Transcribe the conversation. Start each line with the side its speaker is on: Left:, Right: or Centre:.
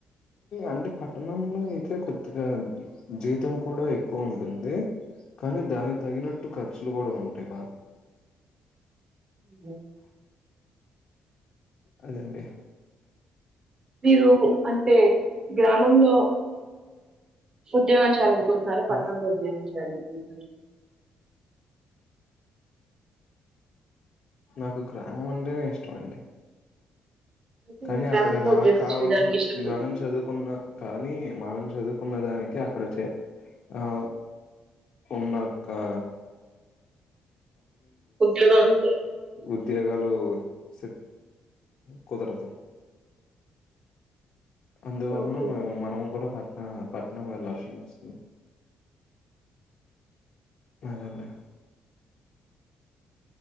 Left: అంటే పట్టణంలో అయితే కొదిగా జీతం కూడా ఎక్కువ ఉంటుంది కానీ దానికి తగినట్టు ఖర్చులు కూడా ఉంటాయి బాగా
Right: అ
Left: అడగండి
Right: మీరు అంటే గ్రామంలో ఉద్యోగం చేయాలండి ఓసారి పట్టణంలో
Left: ఆ,
Right: ఉద్యోగం చేయను అ
Left: నాకు గ్రామం అంటేనే ఇష్టంమండి
Right: అంటే
Left: కానీ
Right: మీరు గ్రామంలో
Left: అక్కడ మనకు
Right: ఉద్యోగం
Left: కావల్సిన
Right: చేయడానికి ఇష్టపడుతున్నారు
Left: మనం చదువుకున్న కానీ మనం చదువుకున్న దానికి అక్కడ చే ఆ ఉన్నతా
Right: ఉద్యోగాలు లే
Left: ఉద్యోగ హలో సెట్ కుదరదు అందువలన
Right: ఓకే
Left: మ మనం కూడా పర్ ఆ పట్నం వెళ్లాల్సింది వస్తుంది అదండి